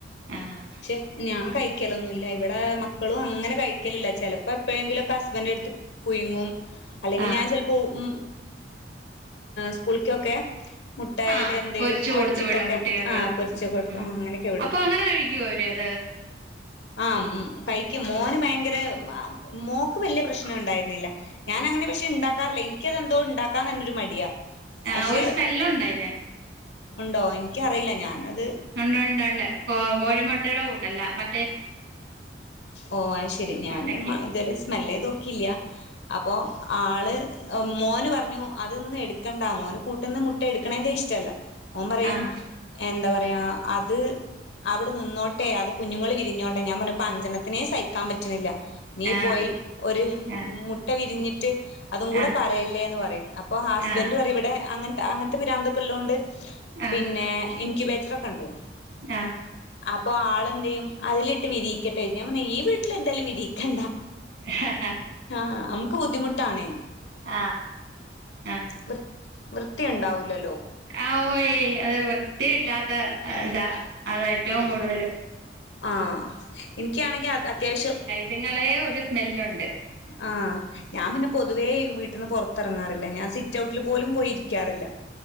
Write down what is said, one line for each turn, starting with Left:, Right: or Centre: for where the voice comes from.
Right: ആഹ്
Left: പക്ഷെ ഞാൻ കഴിക്കലൊന്നുല്ല ഇവിടെ മക്കളും അങ്ങനെ കഴിക്കലില്ല ചെലപ്പോ എപ്പോഴെങ്കിലു ഒക്കെ ഹസ്ബന്റെടുത്ത് പുഴുങ്ങും അല്ലെങ്കി
Right: ആഹ്
Left: ഞാൻ ചെലപ്പോള് ഉം സ്കൂളിക്കൊക്കെ മുട്ടയല്
Right: ആഹ്
Left: എന്തേലും
Right: പൊരിച്ചു കൊടുത്തു
Left: ഒടച്ചിട്ടൊക്കെ
Right: വിടും കുട്ടികൾക്ക്
Left: ആ പൊരിച്ചൊക്കെ
Right: ഉം
Left: എടുത്തു
Right: ഉം
Left: ആ അങ്ങനെയൊക്കെ വിടും
Right: അപ്പൊ അങ്ങനെ കഴിക്കുവോ അവര് അത്
Left: ആഹ് കഴിക്കും മോന് ഭയങ്കര മോക്ക് വലിയ പ്രശ്നം ഉണ്ടായിരുന്നില്ല ഞാൻ അങ്ങനെ പക്ഷെ ഇണ്ടാക്കാറില്ല എനിക്കിതന്തോ ഇണ്ടാക്കാൻ തന്നൊരു മടിയാ
Right: ആഹ്
Left: പക്ഷെ
Right: ഒരു സ്മെല്ലുണ്ടയിന്
Left: ഉണ്ടോ എനിക്കറിയില്ല ഞാനത്
Right: ഉണ്ട് ഉണ്ട് ഉണ്ട് കോ കോഴിമുട്ടയുടെ കൂട്ടല്ല മ
Left: ഓഹ് അത് ശരി ഞാന്
Right: മുട്ടക്ക്
Left: ഇതൊരു സ്മെല്ല് എയ്ത് നോക്കിയില്ല അപ്പോ ആള് മോന് പറഞ്ഞു അതൊന്ന് എടുക്കണ്ട മോന് കൂട്ടിന്ന് മുട്ട എടുക്കണേന്റെ ഇഷ്ടല്ല ഓന് പറയും
Right: ആഹ്
Left: എന്താ പറയാ അത് അവിടെ നിന്നോട്ടെ അത് കുഞ്ഞുങ്ങള് വി രിഞ്ഞോട്ടെ ഞാൻ പറഞ്ഞ് ഇപ്പം അഞ്ചണ്ണത്തിനെ സഹിക്കാൻ പറ്റുന്നില്ല നീ
Right: ആഹ്
Left: പോയി ഒര്
Right: ആഹ്
Left: മുട്ട വിരിഞ്ഞിട്ട് അതും കൂടെ
Right: ആഹ്
Left: പ പറയല്ലേന്ന് പറയും അപ്പൊ ഹസ്ബന്റ്
Right: ആഹ്
Left: പറയും ഇവിടെ അങ്ങനത്തെ അങ്ങനത്തെ പിരാന്തൊക്കെ ഉള്ള കൊണ്ട്
Right: ആഹ്
Left: പിന്നെ ഇൻക് ബേറ്ററൊക്കെ ഇണ്ട്
Right: ആഹ്
Left: അപ്പൊ ആൾ എന്ത്യ്യും അതിലിട്ട് വിരിയിക്കട്ടെ ഞാൻ പറ ഈ വീട്ടിൽ എന്തായാലും വിരിയിക്കണ്ട
Right: ആഹ് ഹാ
Left: ആഹ് നമുക്ക് ബുദ്ധിമുട്ടാണേ
Right: ആഹ് ആഹ്
Left: വൃ വൃത്തിയുണ്ടാവൂലല്ലോ
Right: ആഹ് ഓഹ് യ് അത് വൃത്തിയില്ലാത്ത ഇതാ അത ഏറ്റവും കൂടുതല്
Left: ആഹ് ഇനിക്കാണെങ്കിൽ അത് അത്യാവശ്യം
Right: അതുങ്ങളെ ഒരു സ്മെല്ലുണ്ട്
Left: ആഹ് ഞാൻ പിന്നെ പൊതുവേ വീട്ടിന്ന് പുറത്തിറങ്ങാറില്ല ഞാൻ സിറ്റ് ഔട്ടിൽ പോലും പോയിരിക്കാറില്ല